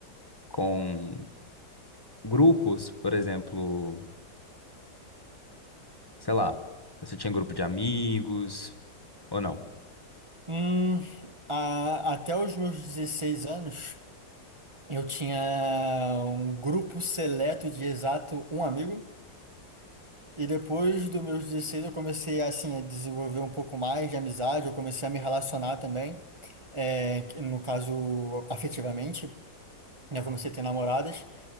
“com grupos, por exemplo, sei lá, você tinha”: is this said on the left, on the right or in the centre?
Left